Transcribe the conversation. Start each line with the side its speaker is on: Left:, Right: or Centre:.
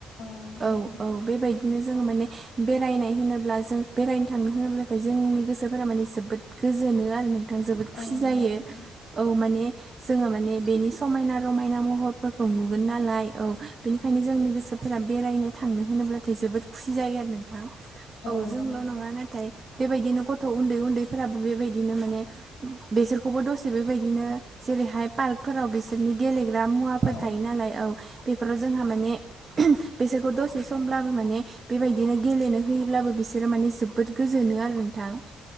Left: नंगौ
Right: औ
Left: नोंथां
Right: औ बेबायदिनो जोंङो माने बेरायनाय होनोब्ला जों बेरायनो थांनो होनोब्लाथाय जोंनि गोसोफोरा माने जोबोद गोजोनो आरो नों थां जोबोद खुसि
Left: औ नंगौ
Right: जायो।
Left: नोंथां
Right: औ माने जोंहा माने बेनि समायना रमायना महरफोरखौ नुगोन नालाय औ बेनिखायनो जोंनि गोसो फोरा बेरायनो थांनो होनोब्लाथाय जोबोद खुसि जायो आरो नोंथां। औ
Left: नंगौ
Right: जोंल'
Left: नोंथां
Right: नंङा नाथाय बेबायदिनो गथ' उन्दै उन्दैफोराबो बेबायदिनो माने बेसोरखौबो दसे बेबायदिनो जेरैहाय पार्क फोराव बिसोरनि गेलेग्रा मुवाफोर
Left: औ
Right: थायो नालाय औ बेफोराव जोंहा माने बेसोरखौ दसे समब्लाबो माने बेबायदिनो गेलेनो होयोब्लाबो बिसोरो माने जोबोद गोजोनो आरो नोंथां।